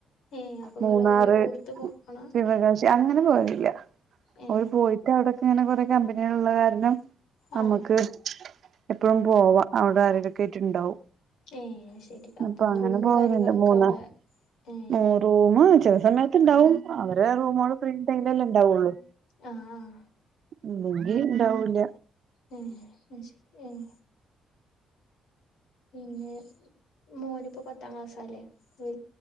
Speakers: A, on the left (about 80°); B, on the right (about 60°).
A: ഏ അപ്പൊ ഇങ്ങള്
B: മൂന്നാറ്
A: ഓലെ കൂടത്ത് പോണ
B: ശിവകാശി അത്ങ്ങനെ പോയുന്നില്ല
A: ഏ
B: അവര് പോയിട്ട് അവിടക്ക ഇങ്ങനെ കൊറെ കമ്പനികള ഉള്ള കാരണം-
A: ആ
B: നമ്മുക്ക് എപ്പഴും പോവാ അവിടെ ആരടൊക്കെ ആയിട്ട്ണ്ടാവും
A: ഏ അത് ശരി
B: അപ്പൊ അങ്ങനെ
A: റൂമും
B: പോകുന്നുണ്ട്
A: കാര്യങ്ങളൊക്കെ
B: മൂന്നാ
A: അവിടെ ഏ
B: <unintelligible> റൂമ് ചെല സമയത്ത്ണ്ടാവും അവരെ റൂമാള് ഫ്രീണ്ടേലല്ലേ ഇണ്ടാവൊള്ളൂ
A: ആഹ് ആഹ്
B: ഇല്ലങ്കി ഇണ്ടാവൂല
A: ഉം ശരി ഉം പിന്നെ മോനിപ്പൊ പത്താ ക്ലാസ്റ്റാല്ലേ വ